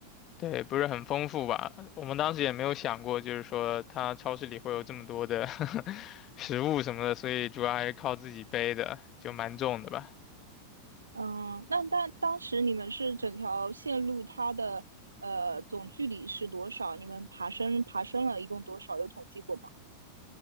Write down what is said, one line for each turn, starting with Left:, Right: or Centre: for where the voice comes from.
Left: 对，不是很丰富吧。我们当时也没有想过，就是说它超市里会有这么多的 <laughs> 食物什么的，所以主要还是靠自己背的，就蛮重的吧。
Right: 嗯，那当当时你们是整条线路它的呃总距离是多少？你们爬升爬升了一共多少？有统计过吗？